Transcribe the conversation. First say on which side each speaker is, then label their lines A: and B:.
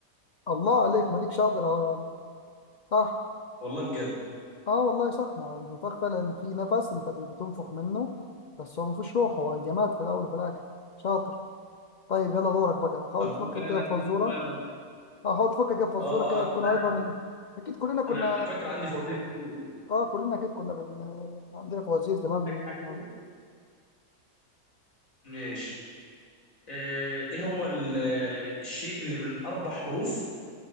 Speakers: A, on the left; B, on the left.
A: الله عليك ما ديك شاطر اهو يعني صح
B: والله بجد
A: اه والله صح ما هو النفاخ فعلا في نفس انت بتنفخ منه بس هو ما فيهوش روح هو جماد في الاول وفي الاخر شاطر طيب يلا دورك بقى حاول
B: طب
A: تفكر
B: ممكن أنا
A: كده
B: أديك
A: في فزوره
B: سؤال مثلا
A: اه حاول تفكر كده في فزوره
B: أه
A: كده
B: أه أنا
A: تكون
B: معاك.
A: عارفها من اكيد كلنا كنا
B: أنا على فكرة عندي فوازير كتير
A: اه كلنا اكيد كنا بن... عندنا فوازير زمان
B: أدي
A: بن...
B: لك حاجة
A: احنا
B: كده ماشي آه، ايه هو ال- آه، الشيء اللي من اربع حروف